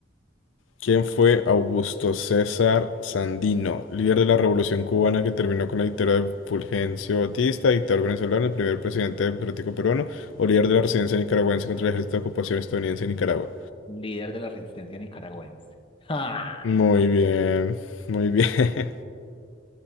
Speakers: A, on the left; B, on the left.
A: ¿Quién fue Augusto César Sandino, líder de la Revolución cubana que terminó con la dictadura de Fulgencio Batista, dictador venezolano, el primer presidente democrático peruano, o líder de la resistencia nicaragüense contra el ejército de ocupación estadounidense en Nicaragua?
B: Líder de la resistencia nicaragüense. <laughs> ¡Ja!
A: Muy bien, muy bien. <laughs>